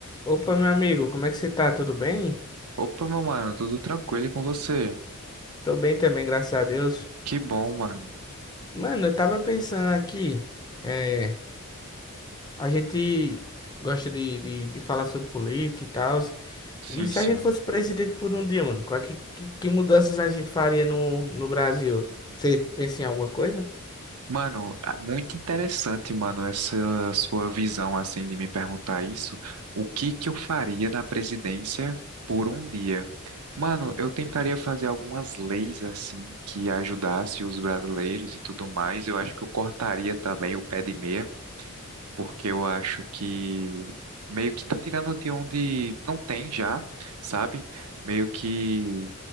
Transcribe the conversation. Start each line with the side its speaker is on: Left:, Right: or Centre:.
Left: Opa, meu amigo, como é que você tá? Tudo bem?
Right: Opa, meu mano, tudo tranquilo e com você?
Left: Tô bem também, graças a Deus.
Right: Que bom, mano.
Left: Mano, eu tava pensando aqui, é, a gente gosta de, de, de falar sobre política e tal,
Right: Sim,
Left: e se
Right: sim.
Left: a gente fosse presidente por um dia, mano, qual é que, que, que mudanças a gente faria no, no Brasil? Você pensa em alguma coisa?
Right: Mano, ah, muito interessante, mano, essa sua visão, assim, de me perguntar isso. O que que eu faria na presidência por um dia? Mano, eu tentaria fazer algumas leis, assim, que ajudasse os brasileiros e tudo mais. Eu acho que eu cortaria também o pé de meia. porque eu acho que meio que tá tirando de onde não tem já, sabe? Meio que